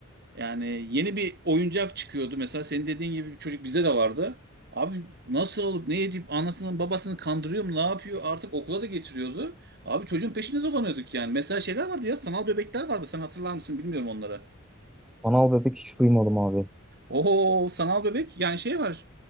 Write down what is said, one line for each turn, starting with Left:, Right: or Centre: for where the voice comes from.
Right: Yani yeni bir oyuncak çıkıyordu. Mesela senin dediğin gibi bir çocuk bize de vardı. Abi nasıl olup ne edip anasının babasını kandırıyor mu ne yapıyor artık okula da getiriyordu. Abi çocuğun peşinde dolanıyorduk yani. Mesela şeyler vardı ya sanal bebekler vardı. Sen hatırlar mısın bilmiyorum onları.
Centre: Anal bebek hiç duymadım abi.
Right: Oo sanal bebek yani şey var.